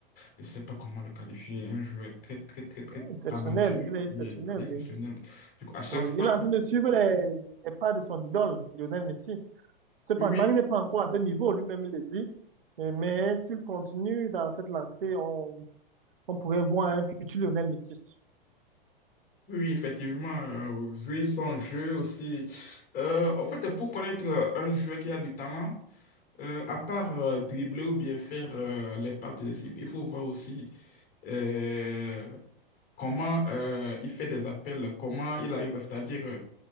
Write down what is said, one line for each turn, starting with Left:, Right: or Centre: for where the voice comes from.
Left: je ne sais pas comment le qualifier, un joueur très, très, très, très
Right: exceptionnel,
Left: talentueux
Right: il est exceptionnel,
Left: et il est exceptionnel.
Right: oui.
Left: Du coup, à chaque
Right: Oui,
Left: fois
Right: il est en
Left: que...
Right: train de suivre les, les pas de son idole, Lionel Messi. Cependant,
Left: Oui, oui,
Right: il n'est pas encore à ce niveau, lui-même il le dit, Euh, mais s'il continue dans cette lancée, on, on pourrait voir un futur Lionel Messi.
Left: oui, oui, effectivement, euh, vu son jeu aussi. Euh, en fait, pour connaître euh, un joueur qui a du talent, euh, à part euh, dribbler ou bien faire euh, les passes décisives, il faut voir aussi euh, comment euh, il fait des appels, comment il arrive, c'est-à-dire euh,